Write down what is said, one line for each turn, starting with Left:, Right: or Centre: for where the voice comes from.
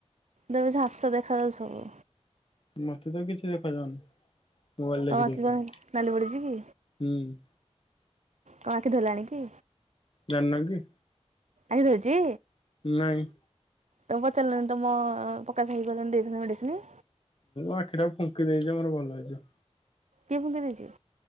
Right: ମୋତେ ଝାପସା ଦେଖାଯାଉଛି ସବୁ।
Left: ମତେ ତ କିଛି ଦେଖାଯାଉନି। ମୋବାଇଲ ଦେଖି
Right: ତମ
Left: ଦେଖିକା
Right: ଆଖି କଣ ନାଲି ପଡିଛି କି?
Left: ହୁଁ
Right: କଣ ଆଖି ଧଲାଣି କି?
Left: ଜାଣିନ କି?
Right: ଆରେ ରୋଜି?
Left: ନାଇଁ।
Right: ତମ ପଚାରିଲ ନା ତମ ପକାସ ଭାଇ କୁ କହିଥାନ୍ତ ଦେଇ ଥାନ୍ତା ମେଡିସିନ।
Left: ଆଖି ଟା ଫୁଙ୍କି ଦେଇଛି ମୋର ଭଲ ହେଇଯିଵ।
Right: କିଏ ଫୁଙ୍କି ଦେଇଚି?